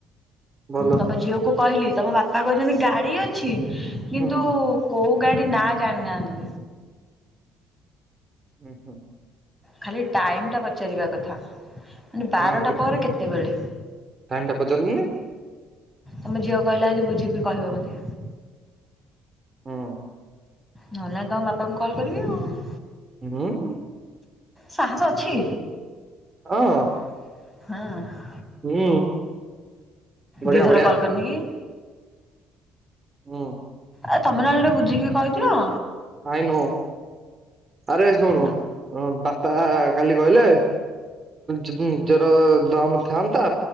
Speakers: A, on the right; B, in the centre.
A: ଭଲ
B: ତମ ଝିଅକୁ କହିଲି, ତମ ବାପା କହିଛନ୍ତି ଗାଡ଼ି ଅଛି କିନ୍ତୁ
A: ହୁଁ
B: କଉ ଗାଡ଼ି ନାଁ ଜାଣିନାହାଁନ୍ତି?
A: ଉ ହୁଁ।
B: ଖାଲି ଟାଇମ୍ଟା ପଚାରିବା କଥା। ମାନେ ବାରଟା
A: ହଁ ତୁ
B: ପରେ କେତେବେଳେ?
A: ଟାଇମ ଟା ପଚାରିଲୁନି
B: ତମ ଝିଅ କହିଲା ଆଜି ବୁଝିକି କହିବ ମୋତେ।
A: ହୁଁ
B: ନହେଲ, ନାଇଁ ତମ ବାପାଙ୍କୁ କଲ କରିବି ଆଉଁ।
A: <unintelligible>
B: ସାହସ ଅଛି।
A: ଅଁ।
B: ହଁ।
A: ହୁଁ। ବଢିଆ
B: ଦିଥର
A: ବଢିଆ
B: କଲ୍ କରିନି କି?
A: ହୁଁ।
B: ଆ ତମେ ନହେଲେ ଟିକେ ବୁଝିକି କହିଦିଅଁ?
A: ଆାଇ ନୋ, ଆରେ ଶୁଣୁ
B: ନ
A: ବାପା କାଲି କହିଲେ ଯଦ୍ ନିଜର ଦମ୍ ଥାଆନ୍ତା।